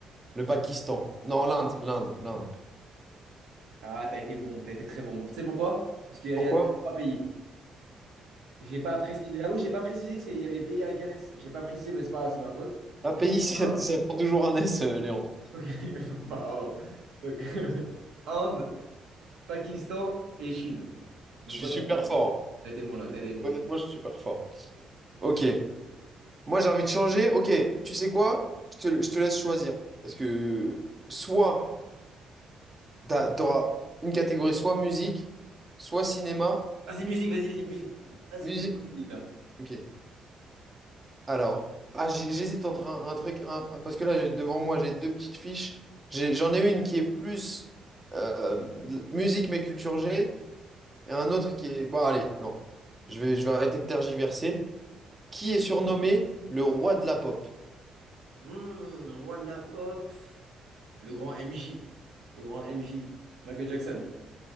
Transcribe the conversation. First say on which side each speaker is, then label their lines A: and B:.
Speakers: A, on the right (about 25°); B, on the right (about 80°).
A: Le Pakistan. Non, l'Inde, l'Inde, l'Inde.
B: Ah, t'as été bon, t'as été très bon. Tu sais pourquoi? Parce qu'il y a,
A: Pourquoi?
B: il y a trois pays. J'ai pas précisé. J'avoue, j'ai pas précisé que c'est- il y avait pays avec un S. J'ai pas précisé, mais c'est pas grave, c'est ma faute.
A: Un pays,
B: Il y avait
A: <laughs> ça,
B: Inde.
A: ça prend toujours un S, euh, Léandre.
B: Ok, <laughs> pardon. Donc, <laughs> Inde, Pakistan et Chine. Donc,
A: Je
B: quoi,
A: suis super
B: t'as
A: fort.
B: t'as été bon là, t'as été bon.
A: Honnêtement, je suis super fort. Ok. Moi, j'ai envie de changer. Ok, tu sais quoi? Je te, je te laisse choisir. Parce que soit t'as- t'auras une catégorie, soit musique, soit cinéma.
B: Vas-y, musique, vas-y, vas-y, musique. Vas-y,
A: Musique.
B: mets-moi musique là.
A: Ok. Alors. Ah, j'hé- j'hésite entre un, un truc. un- un- parce que là, j'ai- devant moi, j'ai deux petites fiches. J'ai- J'en ai une qui est plus euh, de- musique, mais culture G. Et un autre qui est... Bon, allez, non. Je vais, je vais arrêter de tergiverser. Qui est surnommé le roi de la pop?
B: Hmm, roi de la pop. Le grand MJ. Le grand MJ. Michael Jackson.